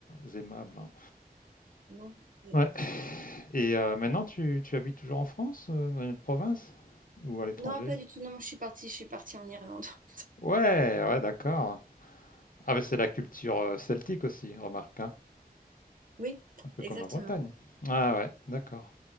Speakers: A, on the left; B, on the right.
A: euh, aimables. hein.
B: Non, c'est-
A: Ouais. Et euh, maintenant, tu, tu habites toujours en France, euh, dans une autre province ou à l'étranger?
B: non, pas du tout, non, moi, je suis partie, je suis partie en Irlande. <laughs>
A: Ouais, ouais, d'accord. Ah, mais c'est la culture euh, celtique aussi, remarque, hein.
B: Oui,
A: Un peu
B: exactement.
A: comme la Bretagne. Ah ouais, d'accord.